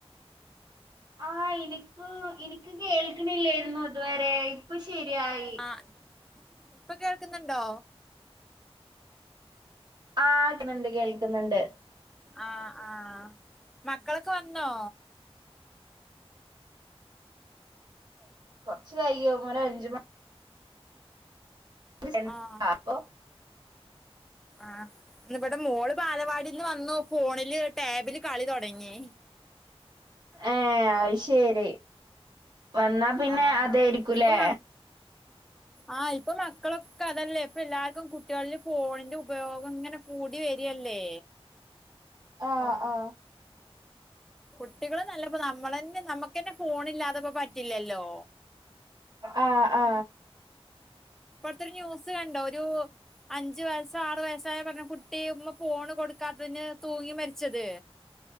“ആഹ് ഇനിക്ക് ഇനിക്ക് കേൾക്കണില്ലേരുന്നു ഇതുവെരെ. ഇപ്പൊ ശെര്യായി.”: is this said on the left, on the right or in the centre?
Right